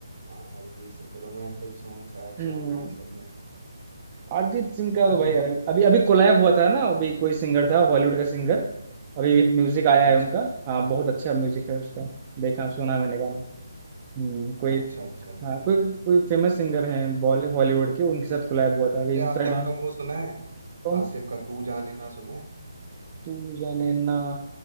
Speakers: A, on the right; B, on the right.
A: हाँ अरिजीत सिंह के रोमांटिक सॉन्ग सैड सॉन्ग
B: हम्म,
A: यही सब में
B: अरिजीत सिंह का तो
A: हम्म
B: भाई अलग अभी अभी कोलैब हुआ था ना अभी कोई सिंगर था हॉलीवुड का सिंगर अभी एक म्यूजिक आया
A: अच्छा
B: है उनका हाँ बहुत अच्छा म्यूजिक है उसका देखा सुना है मैंने गाना
A: अच्छा
B: हम्म, कोई
A: अच्छा अच्छा अच्छा
B: हाँ कोई कोई फेमस सिंगर हैं बॉल हॉलीवुड के उनके साथ कोलैब हुआ था अभी
A: अरे
B: इंस्टाग्राम
A: आतिफ का वो सुना है
B: कौन
A: आतिफ
B: स-
A: का तू जाने ना सुना है
B: तू जाने ना